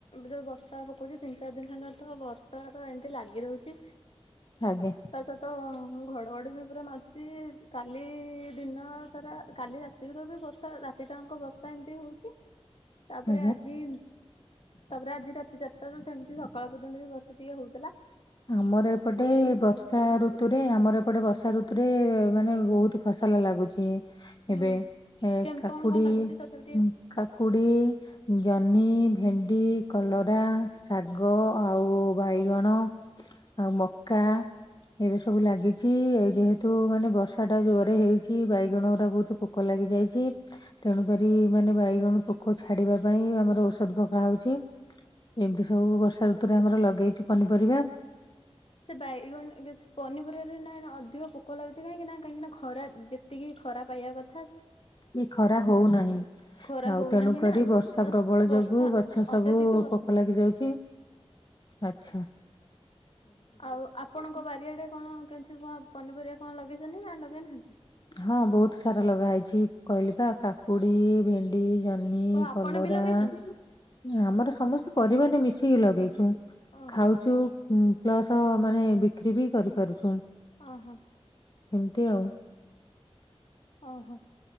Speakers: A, on the left; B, on the left.
A: ଯୋ ବସ୍ତା ପକୋଉଚି ତିନି ଚାରି ଦିନି ହେଲା ତ ବର୍ଷା ଏବେ ଏନ୍ତେ ଲାଗି ରହୁଚି
B: ଆଜ୍ଞା
A: ତା ସହିତ ମୁଁ ଘଡ଼ଘଡ଼ି ବି ପୁରା ମାରୁଚି କାଲି ଦିନ ସାରା କାଲି ରାତି ବିରୁ ବ ସା ରାତିଟା ଆଙ୍କ ବର୍ଷା ଏମିତି ହୋଉଚି ତାପରେ
B: ଆଜ୍ଞା।
A: ଆଜି ତାପରେ ଆଜି ରାତି ଚାରିଟାରୁ ସେମତି ସକାଳ ପର୍ଯ୍ୟନ୍ତ ବି ବର୍ଷା ଟିକେ ହୋଉଥୁଲା।
B: ଆମର ଏପଟେ ବର୍ଷା ଋତୁ ରେ ଆମର ଏପଟେ ବର୍ଷା ଋତୁରେ ମାନେ ବୋହୁତ ଫସଲ ଲାଗୁଚି।
A: ହୁଁ
B: ଏବେ ଏ
A: କେମ
B: କାକୁଡ଼ି
A: କଣ କଣ ଲାଗୁଛି ତଥାପି ଟିକେ
B: ଉଁ କାକୁଡ଼ି ଜହ୍ନି, ଭେଣ୍ଡି, କଲରା, ଶାଗ ଆଉ ବାଇଗଣ। ଆଉ ମକା। ଏବେ ସବୁ ଲାଗିଛି ଏଇ ଯେହେତୁ ମାନେ ବର୍ଷାଟା ଜୋରେ ହେଇଛି ବାଇଗଣ ଉରା ବହୁତ ପୋ କ ଲାଗି ଯାଇଚି। ତେଣୁକରି ମାନେ ବାଇଗଣ ପୋକ ଛାଡ଼ିବା ପାଇଁ ଆମର ଔଷଧ ପକା ହଉଚି। ଏମିତି ସବୁ ବର୍ଷା ଋତୁରେ ଆମର ଲଗେଇଚୁ ପନିପରିବା।
A: ସେ ବାଇଗଣ ଏଗିଛ୍ ପନିପରିବାରେ ନାହିଁ ନା ଅଧିକ ପୋକ ଲାଗୁଚି କାହିଁକି ନା କାହିଁକି ନା ଖରା ଯେ ତିକି ଖରା ପାଇବା କ
B: ବି ଖରା ହୋଉନାହିଁ।
A: ଖରା
B: ଆଉ
A: ହଉନାହିଁ
B: ତେଣୁ କରି
A: ନା
B: ବର୍ଷା
A: ତ
B: ପ୍ରବଳ
A: ବର୍ଷା
B: ଯୋଗୁ ଗଛ
A: ଅତ୍ୟଧିକ
B: ସବୁ
A: ବର୍ଷା
B: ପୋକ ଲାଗି ଯାଉଛି। ଆଚ୍ଛା ‌।
A: ଆଉ ଆପଣଙ୍କ ବାରିଆଡେ କଣ କେଛି କଁ ପନିପରିବା କଁ ଲଗେଇଛନ୍ତି ନା ନଗେଇନାହାନ୍ତି?
B: ହଁ ବହୁତ ସାରା ଲଗା ହେଇଛି କହିଲି ପା କାକୁଡି, ଭେ ଣ୍ଡି, ଜହ୍ନି,
A: ଓ ଆପଣ
B: କଲରା
A: ବି ଲଗେଇଛନ୍ତି
B: ଏଇଆମର ସମସ୍ତେ ପରିବାରରେ ମିଶିକି ଲଗେଇଚୁ
A: ଓହୋ
B: ଖାଉଚୁ ହୁଁ ପ୍ଲସ ମାନେ ବିକ୍ରି ବି କରିପାରୁଛୁଁ।
A: ଅହ।
B: ଏମତି ଆଉ।
A: ଅହ